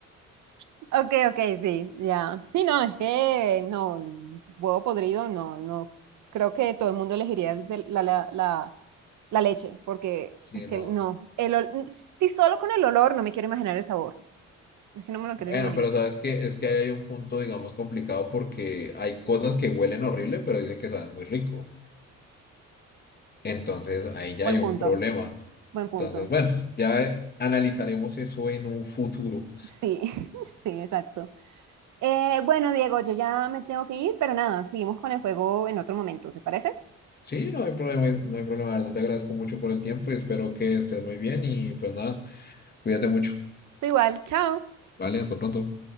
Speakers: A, on the right (about 75°); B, on the left (about 35°).
A: Ok, ok, sí, ya. Sí, no, es que no, el huevo podrido, no, no. Creo que todo el mundo elegiría el de- la, la, la, la leche, porque
B: Sí,
A: es que
B: no.
A: no. El ol- si solo con el olor no me quiero imaginar el sabor. Es que no me lo
B: Bueno,
A: quiero ni imaginar.
B: pero sabes que es que ahí hay un punto, digamos, complicado porque hay cosas que huelen horrible, pero dicen que saben muy rico. Entonces ahí ya
A: Buen
B: hay un
A: punto,
B: problema.
A: buen
B: Entonces,
A: punto.
B: bueno, ya eh, analizaremos eso en un futuro.
A: Sí, <laughs> sí, exacto. Eh, bueno, Diego, yo ya me tengo que ir, pero nada, seguimos con el juego en otro momento, ¿te parece?
B: Sí, no hay problema, no hay problema, de verdad. Te agradezco mucho por el tiempo y espero que estés muy bien y pues nada, cuídate mucho.
A: Tú igual, chao.
B: Vale, hasta pronto.